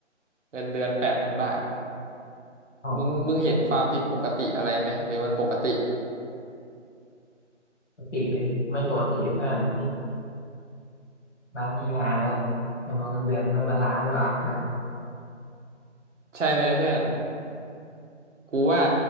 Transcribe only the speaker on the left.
เอา
ปกตินี่ไม่ปกติเพื่อนที่มาที่งานแล้วจำนวนเงินเดือนไม่บาลานซ์หรือเปล่าเพื่อน